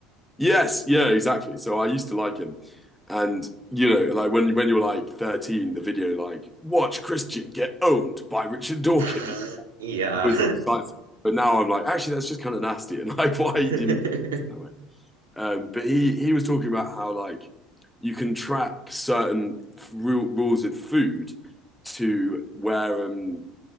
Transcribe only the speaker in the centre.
Yes, yeah, exactly. So I used to like him. And you know, like when when you're like 13, the video like watch Christian get owned by Richard Dawkins
was exciting. But now I'm like, actually, that's just kind of nasty. <laughs> And like, why
do you need to do this that way? Um, but he he was talking about how like you can track certain ru- rules with food to where um